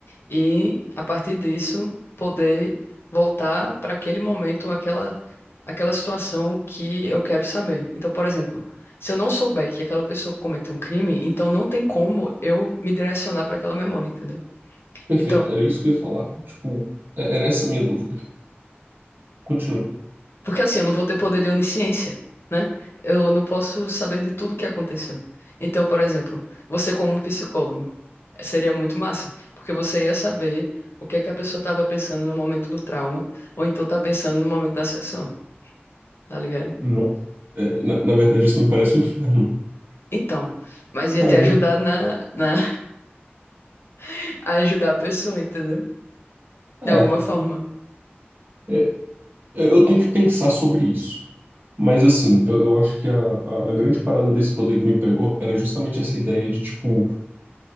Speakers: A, on the left; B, on the right.
A: E a partir disso poder voltar para aquele momento, aquela aquela situação que eu quero saber. Então, por exemplo, se eu não souber que aquela pessoa cometeu um crime, então não tem como eu me direcionar para aquela memória, entendeu?
B: Perfeito,
A: Então,
B: era isso que eu ia falar. Tipo, é- era essa a minha dúvida. Continua.
A: Porque assim, eu não vou ter poder de onisciência, né? Eu não posso saber de tudo que aconteceu. Então, por exemplo, você como um psicólogo, eh, seria muito massa, porque você ia saber o que é que a pessoa estava pensando no momento do trauma, ou então tá pensando no momento da sessão, tá ligado?
B: Nossa. É, na, na verdade, isso me parece um inferno.
A: Então, mas ia
B: Caramba.
A: te ajudar na, na <laughs> a ajudar a pessoa, entendeu?
B: É,
A: De alguma forma.
B: é, eu tenho que pensar sobre isso. Mas, assim, eu, eu acho que a, a a grande parada desse poder que me pegou era justamente essa ideia de, tipo,